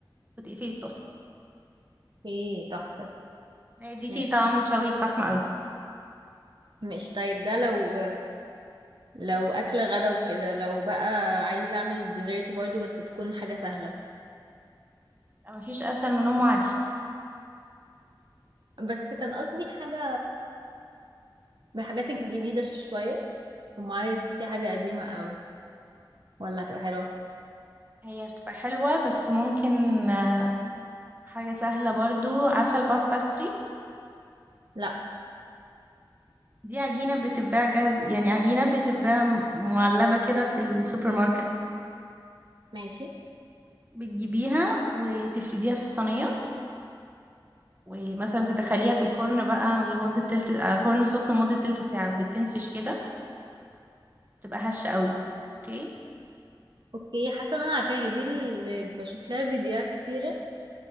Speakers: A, on the right; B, on the right.
A: وتقفلي الطاسة
B: ايه تحفة دي.
A: ده يديكي
B: ماشي
A: طعم شوي الفحم قوي
B: ماشي طيب ده لو لو أكلة غدا وكده لو بقى عايزة أعمل ديزرت برضو بس تكون حاجة سهلة
A: لا، مفيش أسهل من أم علي
B: بس كان قصدي حاجة من الحاجات الجديدة شوية ام علي دي تحسيها حاجه قديمه قوي ولا هتبقى حلوه
A: هي بتبقى حلوة بس ممكن آه، حاجة سهلة برضو عارفة الباف باستري
B: لا
A: دي عجينة بتتباع جاهز يعني عجينة بتتباع م- معلبة كده في السوبر ماركت
B: ماشي
A: بتجيبيها وتفرديها في الصينية ومثلا تدخليها في الفرن بقى لمدة تلت آه، فرن سخن لمدة تلت ساعة بتنفش كده تبقى هشة قوي اوكي
B: اوكي حاسه ان انا عارفاها دي اللي بشوف لها فيديوهات كتيره